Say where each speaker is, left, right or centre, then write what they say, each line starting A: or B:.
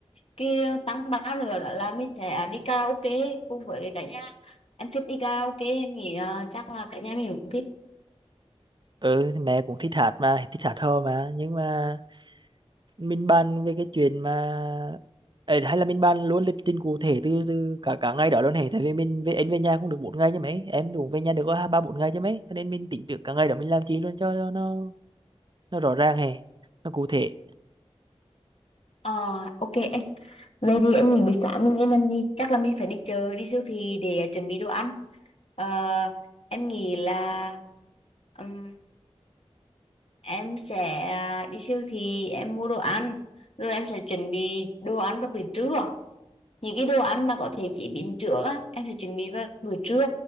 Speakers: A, on the left (about 65°); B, on the right (about 45°).
A: cái tăng ba nữa đó là mình sẽ đi karaoke cùng với cả nhà em thích đi karaoke em nghĩ ờ, chắc là cả nhà mình cũng thích
B: ừ, thì mẹ cũng thích hát mà thích hát hò mà nhưng mà mình bàn về cái chuyện mà Ê, hay là mình bàn luôn lịch trình cụ thể từ, từ cả cả ngày đó luôn hề tại vì mình về em về nhà cũng được bốn ngày chứ mấy em cũng về nhà được có hai ba bốn ngày chứ mấy cho nên mình tính được cả ngày đó mình làm chi luôn cho, cho nó nó rõ ràng hè nó cụ thể
A: Ờ, ok em về đi em nghỉ buổi sáng mình nên làm gì chắc là mình phải đi chợ đi siêu thị để ờ, chuẩn bị đồ ăn Ờ, em nghĩ là ừm, em sẽ ờ, đi siêu thị em mua đồ ăn rồi em sẽ chuẩn bị đồ ăn vào buổi trưa những cái đồ ăn mà có thể chế biến trước á em sẽ chuẩn bị vào buổi trưa